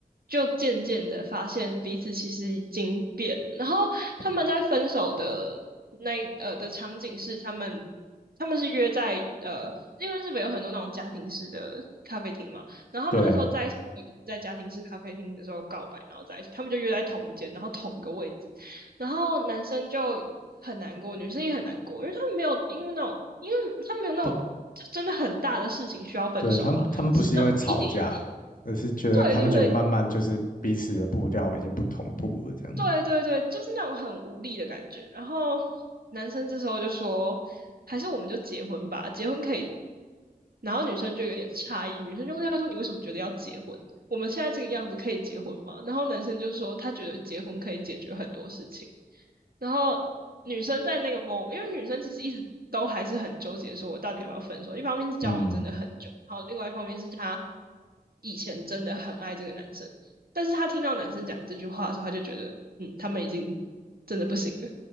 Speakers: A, on the right (about 75°); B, on the left (about 60°).
A: 就渐渐的发现彼此其实已经变了然后他们在分手的那呃的场景是他们他们是约在呃，因为日本有很多那种家庭式的咖啡厅嘛，然后他们那时候在一起在家庭式咖啡厅的时候告白，
B: 对，
A: 然后在一起，他们就约在同一间，然后同一个位置，然后男生就很难过，女生也很难过，因为他们没有因为那种，因为他们没有那种
B: 他
A: 真的很大的事情需要分手啊，
B: 对他们他们不是因为吵架，
A: 是那种一点一滴，
B: 而是觉得他们觉得慢慢就是彼此的步调已经不同步了这样，
A: 对对对，对对对，就是那种很无力的感觉。然后男生这时候就说，还是我们就结婚吧，结婚可以。然后女生就有点诧异，女生就问他说：“你为什么觉得要结婚？我们现在这个样子可以结婚吗？”然后男生就说：“他觉得结婚可以解决很多事情。”然后女生在那个 mo，因为女生其实一直都还是很纠结，说我到底要不要分手。一方面是交往真的很久，
B: 嗯。
A: 然后另外一方面是她以前真的很爱这个男生，但是他听到男生讲这句话的时候，他就觉得，嗯，他们已经真的不行了，